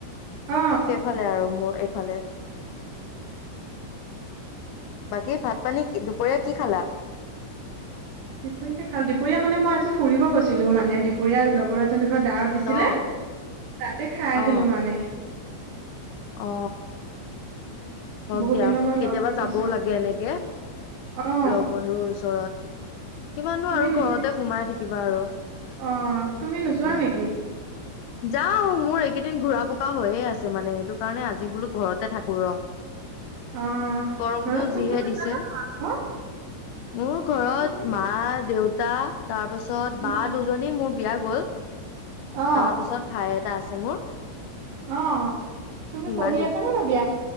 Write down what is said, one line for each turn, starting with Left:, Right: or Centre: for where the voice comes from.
Right: অ
Left: সেইফালে আৰু মোৰ এইফালে। বাকী ভাত পানী দুপৰীয়া কি খালা?
Right: দুপৰীয়া খালোঁ। দুপৰীয়া মানে মই আজি ফুৰিব গৈছিলো মানে দুপৰীয়া লগৰ এজনী ঘৰত ডাৱত দিছিলে।
Left: অ
Right: তাতে খাই
Left: অ
Right: আহিলো মানে।
Left: অ, হওক
Right: বহুত
Left: দিয়া,
Right: দিনৰ মূৰত
Left: কেতিয়াবা
Right: লগ পাইছো
Left: যাবও লাগে এনেকে।
Right: অ
Left: লগ বন্ধুৰ ওচৰত কিমাননো
Right: তুমি
Left: আৰু
Right: নিজে
Left: ঘৰতে সোমাই থাকিবা আৰু।
Right: অ, তুমি নোযোৱা
Left: বেয়া
Right: নেকি?
Left: লাগে যাও, মোৰ এইকেইদিন ঘুৰা পকা হৈয়ে আছে মানে সেইটো কাৰণে আজি বোলো ঘৰতে থাকো ৰ।
Right: অ
Left: গৰমটো
Right: ঘৰত কোন
Left: যিহে
Right: কোন আছে
Left: দিছে।
Right: নো তোমাৰ ঘৰত
Left: মোৰ ঘৰত
Right: কোন কোন
Left: মা দেউ তা তাৰপিছত বা
Right: উম
Left: দুজনী মোৰ বিয়া গল
Right: অ
Left: তাৰপিছত ভাই এ টা আছে মোৰ।
Right: অ, তুমি
Left: সিমান
Right: পঢ়ি আছা নে? ন বিয়া-